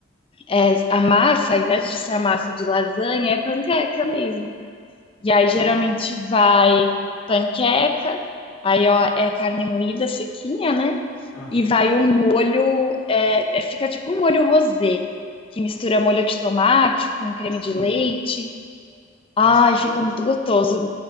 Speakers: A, on the left; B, on the left.
A: É, a massa, ao invés de ser a massa de lasanha, é panqueca mesmo. E aí geralmente
B: Nossa.
A: vai panqueca, aí ó, é carne moída sequinha, né?
B: Aham.
A: E vai um molho, é, é- fica tipo um molho rosé, que mistura molho de tomate com creme de
B: Sim.
A: leite. Ai,
B: Nossa, que
A: fica
B: delícia.
A: muito gostoso.